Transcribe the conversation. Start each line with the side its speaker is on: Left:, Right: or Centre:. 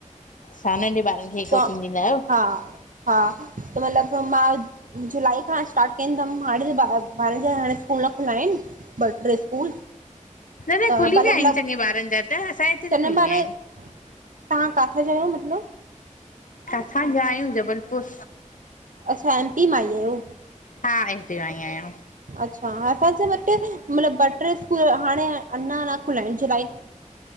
Left: <inaudible>
Right: त
Left: ॾींदा आहियो?
Right: हा हा त मतलब मां। जुलाई खां स्टार्ट केदम, हाणे बारन जा स्कूल न खुलया आहिन। ॿ ट्रे स्कूल।
Left: न-न
Right: त
Left: खुली
Right: मतिलबु
Left: विया आहिन।
Right: ल
Left: चंगे ॿारनि जा त असांजे हिते
Right: चङनि
Left: त खुली
Right: ॿारनि
Left: विया आहिन।
Right: तव्हां काथा जा आयो मतलब?
Left: काथां जा आयूं जबलपुर।
Right: अच्छा एमपी मां ही आयो।
Left: हा हिते आई आहियां
Right: अच्छा, असांजे वट मतलब ॿ ट्रे स्कूल हाणे अञा न खुल्या आहिन जुलाई